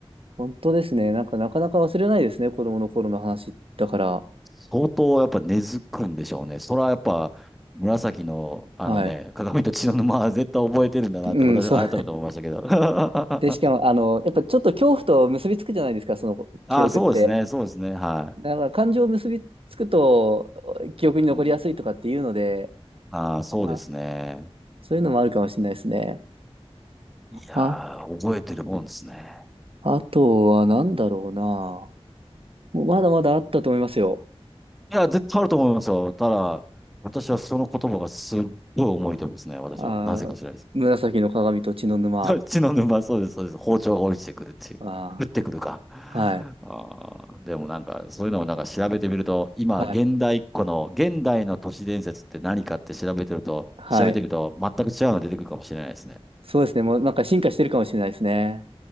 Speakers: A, on the right (about 60°); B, in the centre.
A: 本当ですね。なんかなかなか忘れないですね、子供の頃の話だから。
B: 相当やっぱ根付くんでしょうね。それはやっぱ紫のあのね、
A: はい。
B: 鏡と血の沼は絶対覚えてるんだなって私改めて思いましたけど。
A: うん、そう。
B: <laughs>
A: で、しかも、あの、やっぱちょっと恐怖と結びつくじゃないですか、その記憶って。
B: ああ、そうですね。そうですね。は
A: だから感情を結びつくと記憶に残りやすいとかっていうので、
B: い。うん、ああ、そうですね。
A: まあ、そういうのもあるかもしれないですね。
B: いやー、
A: あ、
B: 覚えてるもんですね。
A: あとは何だろうな。もうまだまだあったと思いますよ。
B: いや、絶対あると思いますよ。ただ、私はその言葉がすっごい重いと思いですね。私は。
A: あー、
B: なぜかしらです。
A: 紫の鏡と血の沼。
B: <laughs> そっちの沼、そうです、そうです。包丁が落ちてくるっていう。
A: あ
B: 降ってくるか。
A: ー、はい、
B: あーでもなんか、そういうのをなんか調べてみると、今、
A: はい、
B: 現代っ子の、現代の都市伝説って何かって調べてると、
A: はい。
B: 調べてみると、全く違うの出てくるかもしれないですね。
A: そうですね。もうなんか進化してるかもしれないですね。